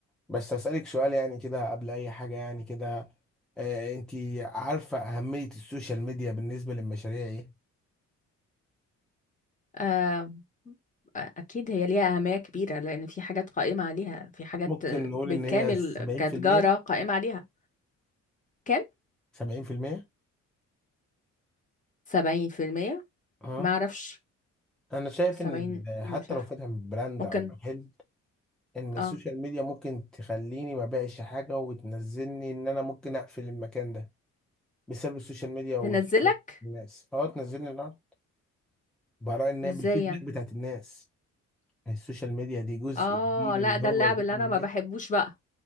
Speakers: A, in the centre; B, on the left.
A: بس هسألك سؤال يعني كده قبل اي حاجه يعني كده آه انت عارفه اهميه السوشيال ميديا بالنسبه للمشاريع ايه
B: آه، أكيد هي ليها أهمية كبيرة لأن في حاجات قائمة عليها في حاجات
A: ممكن نقول
B: بالكامل
A: ان هي 70%
B: كتجارة قائمة عليها كام؟
A: 70%
B: سبعين في المية
A: اه
B: معرفش
A: انا شايف
B: سبعين
A: ان ال-
B: مش
A: حتى
B: عارفة
A: لو فاتح براند
B: ممكن
A: او محل ان السوشيال
B: اه
A: ميديا ممكن تخليني ما بقاش حاجه وتنزلني ان انا ممكن اقفل المكان ده بسبب السوشيال ميديا والفيدباك
B: تنزلك
A: الناس اه تنزلني الارض برأي ان هي
B: ازاي
A: بالفيدباك
B: يعني
A: بتاعت الناس السوشيال ميديا دي جزء
B: اه
A: كبير
B: لا
A: ان
B: ده
A: هو
B: اللعب
A: يجيب
B: اللي
A: لي
B: انا ما
A: ناس
B: بحبوش بقى